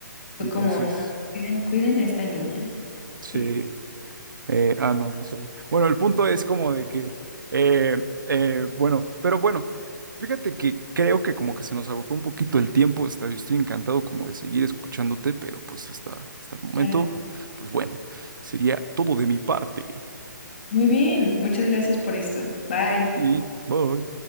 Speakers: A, on the left; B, on the right.
A: Fue
B: Entonces,
A: como, no, cuiden, cuiden a esta niña.
B: sí.
A: Sí,
B: Eh, ah, no, no se ve. Bueno, el punto es como de que, eh, eh, bueno, pero bueno, fíjate que creo que como que se nos agotó un poquito el tiempo. Está, estoy encantado como de seguir escuchándote, pero pues hasta, hasta el momento,
A: claramente.
B: pues bueno, sería todo de mi parte.
A: Muy bien, muchas gracias por esto. Bye.
B: Y bye.